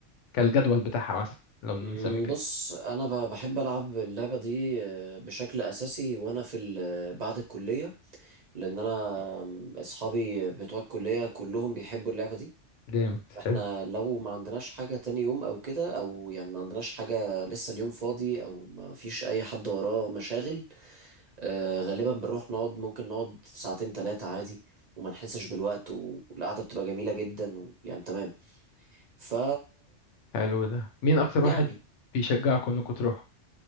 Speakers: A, on the left (about 75°); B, on the right (about 50°).
A: كالجدول بتاعها مثلا لو نسمي
B: مم،
A: كده
B: بص انا ب- بحب العب اللعبه دي آه، بشكل اساسي وانا في ال- بعد الكليه لان انا آم، اصحابي بتوع الكليه كلهم بيحبوا اللعبه دي
A: جامد
B: فاحنا
A: حلو
B: لو ما عندناش حاجه تاني يوم او كده او يعني ما عندناش حاجه لسه اليوم فاضي او ما فيش اي حد وراه مشاغل آه، غالبا بنروح نقعد ممكن نقعد ساعتين ثلاثه عادي وما نحسش بالوقت والقعده بتبقى جميله جدا يعني تمام ف
A: حلو ده مين اكتر واحد
B: يعني
A: بيشجعكم انكم تروحوا